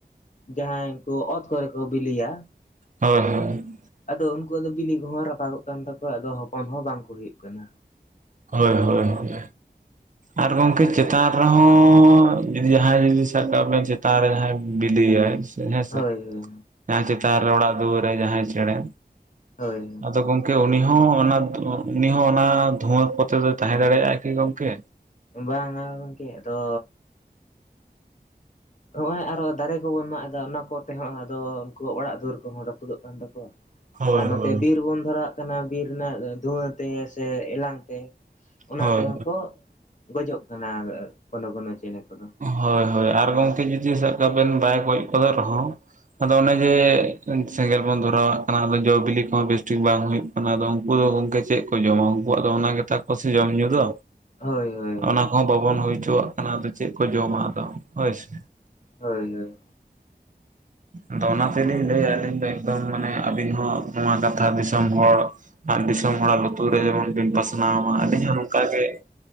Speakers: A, on the left; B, on the right.
A: ᱡᱟᱦᱟᱸᱭ ᱠᱚ ᱚᱛ ᱠᱚᱨᱮ ᱠᱚ ᱵᱤᱞᱤᱭᱟ,
B: ᱦᱳᱭ, ᱦᱳᱭ
A: ᱟᱫᱚ ᱩᱱᱠᱩᱣᱟᱜ ᱫᱚ ᱵᱤᱞᱤ ᱠᱚᱦᱚᱸ ᱨᱟᱯᱟᱜᱼᱚᱜ ᱠᱟᱱ ᱛᱟᱠᱩᱣᱟ ᱟᱫᱚ ᱦᱚᱯᱚᱱ ᱦᱚᱸ ᱵᱟᱝ ᱠᱚ ᱦᱩᱭᱩᱜ ᱠᱟᱱᱟ᱾
B: ᱦᱳᱭ, ᱦᱳᱭ, ᱦᱳᱭ ᱟᱨ ᱜᱚᱢᱠᱮ ᱪᱮᱛᱟᱱ ᱨᱮ ᱦᱚᱸ ᱡᱩᱫᱤ ᱡᱟᱦᱟᱸᱭ ᱡᱩᱫᱤ ᱥᱟᱵ ᱠᱟᱜ ᱢᱮ ᱪᱮᱛᱟᱱ ᱨᱮ ᱡᱟᱦᱟᱸᱭ ᱵᱤᱞᱤᱭᱼᱟᱭ᱾ ᱦᱮᱸᱥᱮ,
A: ᱦᱳᱭ ᱦᱳᱭ
B: ᱡᱟᱦᱟᱸ ᱪᱮᱛᱟᱱ ᱨᱮ ᱚᱲᱟᱜ ᱫᱩᱣᱟᱹᱨ ᱨᱮ ᱡᱟᱦᱟᱸᱭ ᱪᱮᱬᱮ
A: ᱦᱳᱭ
B: ᱟᱫᱚ ᱜᱚᱢᱠᱮ ᱩᱱᱤ ᱦᱚᱸ ᱚᱱᱟ ᱩᱱᱤ ᱦᱚᱸ ᱚᱱᱟ ᱫᱷᱩᱣᱟᱹ ᱠᱚᱛᱮ ᱫᱚᱭ ᱛᱟᱦᱮᱸ ᱫᱟᱲᱮᱭᱟᱜᱼᱟ ᱠᱤ ᱜᱚᱝᱠᱮ
A: ᱵᱟᱝᱼᱟ ᱜᱚᱢᱠᱮ ᱟᱫᱚ ᱱᱚᱜᱼᱚᱭ ᱟᱨᱚ ᱫᱟᱨᱮ ᱠᱚᱵᱚᱱ ᱢᱟᱜ ᱮᱫᱟ ᱚᱱᱟ ᱠᱚᱛᱮ ᱦᱚᱸ ᱟᱫᱚ ᱩᱱᱠᱩ ᱚᱲᱟᱜ ᱫᱩᱣᱟᱹᱨ ᱠᱚᱦᱚᱸ ᱨᱟᱹᱯᱩᱫᱚᱜ ᱠᱟᱱ ᱛᱟᱠᱩᱣᱟ᱾
B: ᱦᱳᱭ
A: ᱟᱨ ᱱᱚᱛᱮ
B: ᱦᱳᱭ
A: ᱵᱤᱨ ᱵᱚᱱ ᱫᱷᱚᱨᱟᱜ ᱠᱟᱱᱟ ᱵᱤᱨ ᱨᱮᱱᱟᱜ ᱫᱷᱩᱣᱟᱹ ᱛᱮ ᱥᱮ ᱮᱞᱟᱝ ᱛᱮ, ᱚᱱᱟ
B: ᱦᱳᱭ
A: ᱛᱮᱦᱚᱸ ᱠᱚ ᱜᱚᱡᱚᱜ ᱠᱟᱱᱟ ᱠᱚᱱᱳ ᱠᱳᱱᱳ ᱪᱮᱬᱮ ᱠᱚ ᱫᱚ
B: ᱦᱳᱭ, ᱦᱳᱭ ᱟᱨ ᱜᱚᱢᱠᱮ ᱡᱩᱫᱤ ᱥᱟᱵ ᱠᱟᱵᱤᱱ ᱵᱟᱭ ᱜᱚᱡ ᱜᱚᱫᱚᱜ ᱨᱮ ᱦᱚᱸ ᱟᱫᱚ ᱚᱱᱮ ᱡᱮ ᱥᱮᱸᱜᱮᱞ ᱵᱚᱱ ᱫᱷᱚᱨᱟᱣᱼᱟᱜ ᱠᱟᱱᱟ ᱟᱫᱚ ᱡᱚ ᱵᱤᱞᱤ ᱠᱚᱦᱚᱸ ᱵᱮᱥ ᱴᱷᱤᱠ ᱵᱟᱝ ᱦᱳᱭᱳᱜ ᱠᱟᱱᱟ᱾ ᱚᱱᱟ ᱫᱚ ᱩᱱᱠᱩ ᱫᱚ ᱜᱚᱝᱠᱮ ᱪᱮᱫ ᱠᱚ ᱡᱚᱢᱟ ᱩᱱᱠᱩᱣᱼᱟᱜ ᱫᱚ ᱚᱱᱟ ᱜᱮᱛᱟ ᱠᱚ ᱥᱮ ᱡᱚᱢ ᱧᱩᱸ ᱫᱚ᱾
A: ᱦᱳᱭ ᱦᱳᱭ
B: ᱚᱱᱟ
A: ᱦᱳᱭ
B: ᱠᱚ ᱦᱚᱸ ᱵᱟᱵᱚᱱ ᱦᱩᱭ ᱦᱚᱪᱚᱣᱟᱜ ᱠᱟᱱᱟ ᱟᱫᱚ ᱪᱮᱫ ᱠᱚ ᱡᱚᱢᱟ ᱟᱫᱚ ᱦᱳᱭᱥᱮ
A: ᱦᱳᱭ, ᱦᱳᱭ
B: ᱦᱮᱸ <inaudible> ᱟᱫᱚ ᱚᱱᱟ ᱛᱮᱞᱤᱧ ᱞᱟᱹᱭᱮᱫ ᱟᱹᱞᱤᱧ ᱫᱚ ᱮᱠᱫᱚᱢ ᱢᱟᱱᱮ ᱟᱵᱤᱱ ᱦᱚᱸ ᱱᱚᱣᱟ ᱠᱟᱛᱷᱟ ᱫᱤᱥᱚᱢ ᱦᱚᱲ, ᱟᱨ ᱫᱤᱥᱚᱢ ᱦᱚᱲᱟᱜ ᱞᱩᱛᱩᱨ ᱨᱮ ᱡᱮᱢᱚᱱ ᱵᱤᱱ ᱯᱟᱥᱱᱟᱣᱟ ᱟᱹᱰᱤ ᱦᱚᱸ ᱱᱚᱝ ᱠᱟᱜᱮ